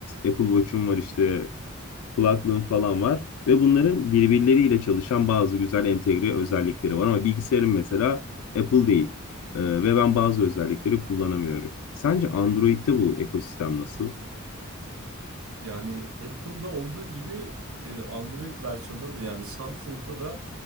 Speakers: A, on the left (about 80°); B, on the right (about 80°).
A: Apple Watch'um var işte kulaklığım falan var. Ve bunların birbirleriyle çalışan bazı güzel entegre özellikleri var. Ama bilgisayarım mesela Apple değil. Ee, ve ben bazı özellikleri kullanamıyorum. Sence Android'de bu ekosistem nasıl?
B: Yani Apple'da olduğu gibi e, Android versiyonunda da yani Samsung'da da